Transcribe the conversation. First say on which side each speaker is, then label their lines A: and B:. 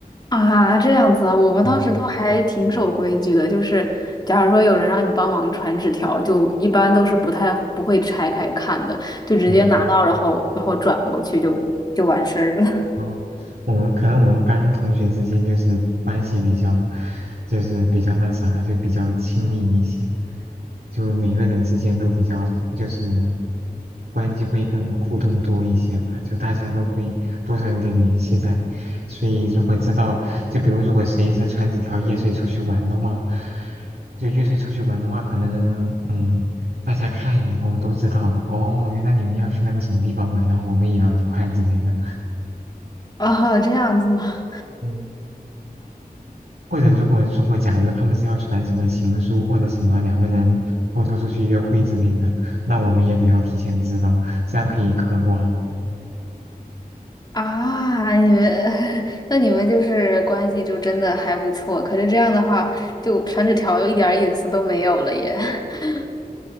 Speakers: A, on the left (about 25°); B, on the right (about 75°).
A: 啊，这样子啊，我们当时都还挺守规矩的，
B: 嗯，
A: 就是假如说有人让你帮忙传纸条，就一般都是不太不会拆开看的，就直接拿到，
B: 嗯
A: 然后然后转过去就就完事儿了。
B: 嗯，我们可能我们班同学之间就是关系比较，就是比较那啥，就比较亲密一些，就每个人之间都比较就是关系会更互动多一些吧，就大家都会多少有点联系在，所以如果知道，就比如如果谁是传纸条夜睡出去玩的话，就夜睡出去玩的话，可能嗯。大家看一眼，哦，都知道的，哦，原来你们要去那个什么地方玩，然后我们也要一块之类的。
A: <laughs> 啊，这样子吗？
B: 嗯。或者如果如果假如他们是要传什么情书或者什么两个人偷偷出去约会之类的，那我们也得要提前知道，这样可以嗑瓜。
A: 啊，你们，<laughs> 那你们就是关系就真的还不错。可是这样的话，就传纸条又一点儿隐私都没有了耶。<laughs>